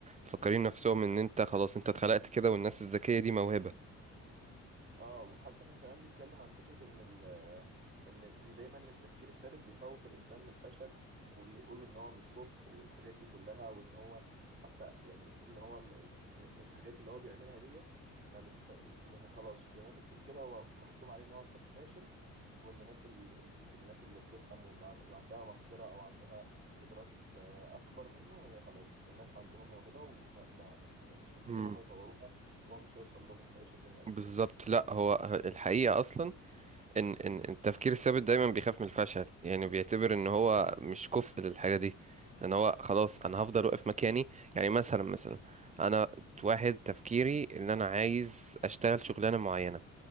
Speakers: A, on the right; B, on the right.
A: مفكرين نفسهم ان انت خلاص انت اتخلقت كده والناس الذكية دي موهبة
B: اه وحتى كان كمان بيتكلم عن فكرة ان ال ان ان دايما التفكير الثابت بيخوف الانسان من الفشل وبيقول ان هو مش كفء والحاجات دي كلها وان هو حتى يعني ان هو م- م- من الحاجات اللي هو بيعملها ديت ما بتخ... م- هو خلاص زي ما انت بتقول كده هو محتوم عليه ان هو فاش- فاشل وان الناس ال... ال- الناس اللي بتفهم وع- وعندها مقدرة او عندها قدرات آه، اكبر منه هي خلاص دول ناس عندهم موهبة ومش محتاج
A: مم.
B: ان هم يطوروها وهو مش هيوصل لهم بأي شكل من الاشكال
A: بالظبط لا هو الحقيقة أصلا ان ان التفكير الثابت دايما بيخاف من الفشل يعني بيعتبر ان هو مش كفء للحاجه دي ان هو خلاص انا هفضل واقف مكاني يعني مثلا مثلا انا واحد تفكيري ان انا عايز اشتغل شغلانه معينه